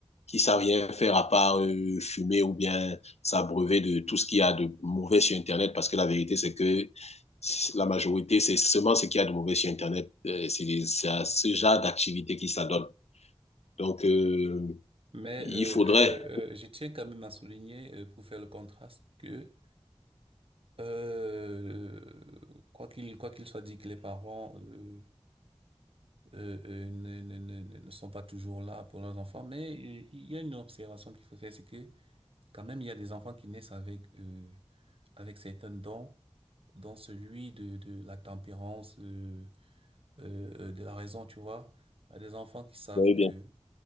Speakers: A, on the left (about 80°); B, on the right (about 60°).
A: qui savent rien faire à part euh, fumer ou bien s'abreuver de tout ce qu'il y a de mauvais sur Internet, parce que la vérité, c'est que la majorité, c'est seulement ce qu'il y a de mauvais sur Internet. Euh, C'est à ce genre d'activité qui s'adonne. Donc, euh,
B: Mais
A: il
B: euh,
A: faudrait.
B: euh, euh, je tiens quand même à souligner, euh, pour faire le contraste, que euh, quoi qu'il quoi qu'il soit dit que les parents euh, euh, euh, ne, ne, ne, ne ne sont pas toujours là pour leurs enfants. Mais euh, il y a une observation qu'il faut faire, c'est que quand même, il y a des enfants qui naissent avec, euh, avec certains dons, dont celui de, de la tempérance, euh, euh, euh, de la raison, tu vois. Il y a des enfants qui savent
A: Oui,
B: que...
A: bien